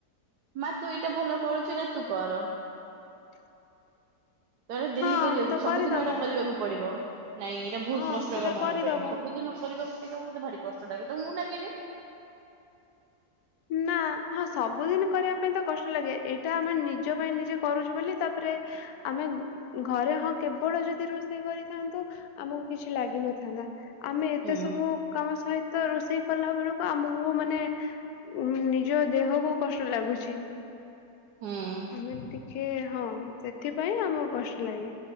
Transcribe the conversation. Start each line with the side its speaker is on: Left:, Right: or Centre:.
Right: ମା ତୁ ଏଇଟା ଭଲ କରୁଚୁରେ ତୁ କର।
Left: <inaudible>
Right: ତାର ଡେଲି
Left: ହଁ
Right: କରିବାକୁ
Left: ତ
Right: ସବୁଦିନ
Left: କରିଦବ
Right: ଏଇଟା କରିବାକୁ ପଡିବ। ନାଇଁ ଏଇଟା ବହୁତ
Left: ହଁ
Right: କଷ୍ଟ
Left: ସେଟା
Right: କାମ
Left: କରିଦବ।
Right: ମୋ ପାଇଁ। ସବୁଦିନ କରିବା ଗୋଟେ କାମ ମତେ ଭାରି କଷ୍ଟ ଲାଗେ। ତମକୁ ଲାଗେନି?
Left: ନା ହଁ ସବୁଦିନି କରିବା ପାଇଁ ତ କଷ୍ଟ ଲାଗେ। ଏଇଟା ଆମେ ନିଜ ପାଇଁ ନିଜେ କରୁଚୁ ବୋଲି ତାପରେ ଆମେ ଘରେ ହଁ କେବଳ ଯଦି ରୋଷେଇ କରିକିଖାଆନ୍ତୁ ଆମକୁ କିଛି ଲାଗିନଥାନ୍ତା। ଆମେ ଏତେ
Right: ହୁଁ
Left: ସବୁ କାମ ସହିତ ରୋଷେଇ କଲା ବେଳକୁ ଆମକୁ ମାନେ ଉଁ ନିଜ ଦେହକୁ କଷ୍ଟ ଲାଗୁଛି।
Right: ହୁଁ।
Left: ଆମେ ଟିକିଏ ହଁ ସେଥିପାଇଁ ଆମକୁ କଷ୍ଟ ଲାଗେ।